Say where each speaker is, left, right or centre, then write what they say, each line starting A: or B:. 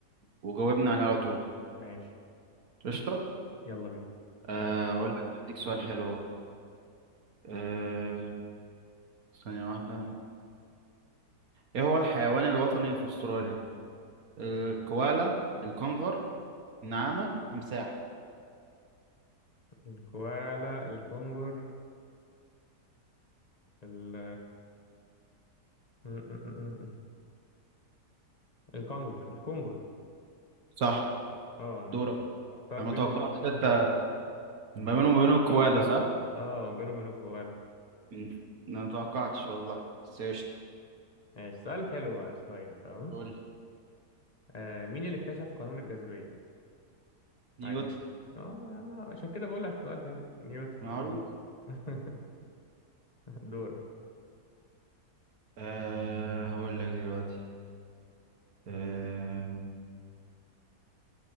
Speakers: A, on the right (about 65°); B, on the left (about 25°).
A: وجاوبني عليه على طول
B: ماشي
A: قشطة
B: يلا بينا
A: آه... اقول لك اديك سؤال حلو آه... ثانية واحدة ايه هو الحيوان الوطني في استراليا الكوالا الكنغر النعامة تمساح
B: الكوالا الكونغر ال م- م- م- م- الكونغر الكونغر
A: صح
B: اه انا
A: دورك
B: كنت محتار
A: انا
B: بينه
A: ما توقعتش
B: وما بين
A: حتى
B: ال...
A: ما بينهم وما بينه الكوالا صح؟
B: اه بينه وبين الكوالا
A: مم. انا ما توقعتش والله بس قشطة
B: ماشي سؤال حلو بقى شوية تمام
A: قول
B: آه مين اللي اكتشف قانون الجاذبية؟
A: نيوتن
B: اينشتاين اه ما- ما- عشان كده بقول لك سؤال حلو نيوتن
A: معروف
B: ماشي <laughs> دورك
A: أه هقول لك دلوقتي أه